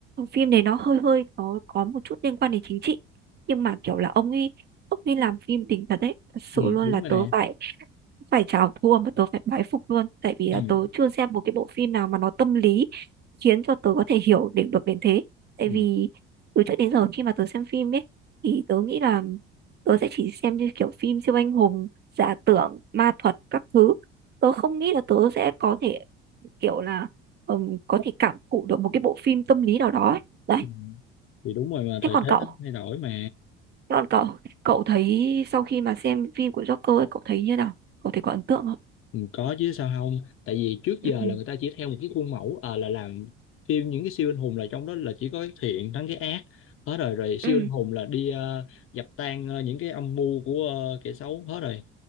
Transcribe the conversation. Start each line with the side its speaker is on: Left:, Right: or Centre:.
Right: phim đấy nó hơi hơi nó có một chút liên quan đến chính trị nhưng mà kiểu là ông ấy ông ấy làm phim đỉnh thật đấy thật sự
Left: ừ,
Right: luôn
Left: đúng
Right: là
Left: rồi
Right: tớ
Left: nè
Right: phải phải chào thua mà tớ phải bái phục luôn tại vì
Left: ừ,
Right: là tớ chưa xem một cái bộ phim nào mà nó tâm lý khiến cho tớ có thể hiểu được được đến thế tại
Left: ừ,
Right: vì từ trước đến giờ khi mà tớ xem phim ấy thì tớ nghĩ là tớ sẽ chỉ xem như kiểu phim siêu anh hùng giả tưởng ma thuật các thứ tớ không nghĩ là tớ sẽ có thể kiểu là ừm, có thể cảm thụ được một cái bộ phim tâm lý nào đó ấy. đấy
Left: ừ. thì đúng rồi mà
Right: thế
Left: thời
Right: còn
Left: thế
Right: cậu
Left: nó thay đổi mà
Right: thế còn cậu cậu thấy sau khi mà xem phim của Joker ấy, cậu thấy như nào cậu thấy có ấn tượng không
Left: ừ, có chứ sao không tại vì trước giờ
Right: ừ
Left: là người ta chỉ theo một cái khuôn mẫu à, là làm phim những cái siêu anh hùng là trong đó là chỉ có cái thiện thắng cái ác hết rồi rồi siêu
Right: ừ
Left: anh hùng là đi ờ, dập tan ờ, những cái âm mưu của ờ, kẻ xấu hết rồi